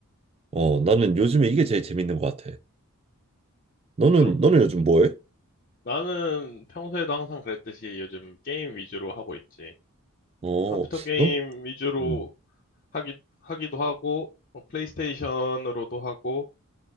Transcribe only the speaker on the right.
어 나는 요즘에 이게 제일 재밌는 것 같아. 너는
너는 요즘 뭐해?
어,
넌
음,